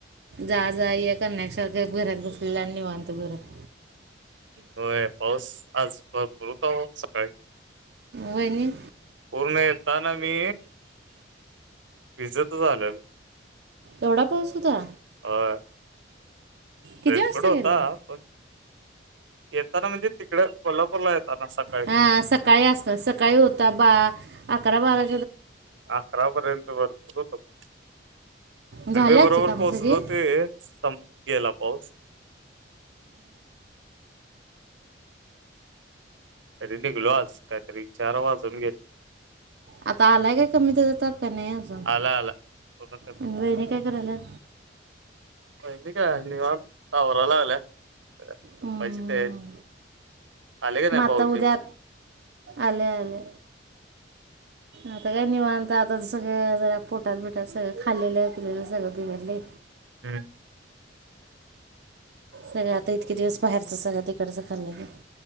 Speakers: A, on the right; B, on the right.
A: जा जा ये करण्यापेक्षा गप्प घरात बसलेल निवांत बरं.
B: होय पाऊस आज भरपूर होता बाबा सकाळी.
A: वहिनी.
B: पूर्ण येताना मी भिजायचं आलेलो.
A: एवढा पाऊस होता.
B: होय.
A: किती
B: रेनकोट
A: वाजता
B: होता.
A: गेला
B: पण येताना म्हणजे तिकडं कोल्हापूरला येताना सका
A: हा सकाळी असत सकाळी होता बा अकरा बारा.
B: अकरा पर्यंत भरपूर होता पाऊस.
A: झाली
B: आणि मी
A: आजची
B: बरोबर
A: कामं
B: पोहोचलो
A: सगळी
B: ते <unintelligible> गेला पाऊस. तरी निघलो आज काहीतरी चार वाजण गेले.
A: आता आलाय काय कमी त्याचा ताप काय नाही अजून
B: आला आला पूर्ण
A: आणि वहिणी काय करायल्यात?
B: <unintelligible> लागल्या. झोपायची
A: हम्म.
B: तयारी आले का नाय
A: मग
B: भाऊजी
A: आता उद्या
B: मग?
A: आले आले. आता काय निवांत आता सगळं जरा पोटात बिटात सगळं खाल्लेलं पिलेलं सगळं बिघडलय.
B: हम्म.
A: सगळं आता इतके दिवस बाहेरचं सगळं तिकडचं खाल्लेलं <inaudible>